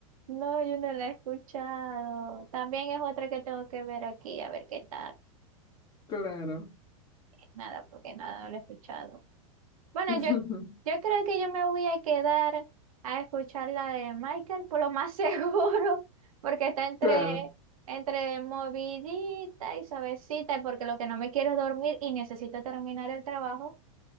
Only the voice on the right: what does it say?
no, yo no la he escuchado. También es otra que tengo que ver aquí, a ver qué tal.
Nada, porque nada, no la he escuchado. Bueno,
yo, yo creo que yo me voy a quedar a escuchar la de Michael, por lo más <laughs> seguro, porque está entre,
entre movidita y suavecita, porque lo que no me quiero es dormir y necesito terminar el trabajo.